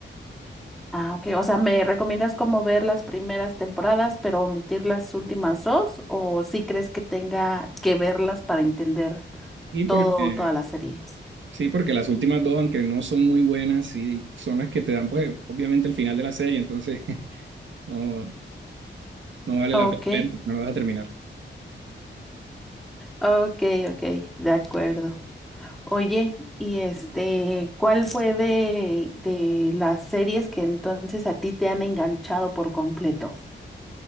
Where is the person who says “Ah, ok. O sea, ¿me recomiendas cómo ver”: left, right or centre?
Centre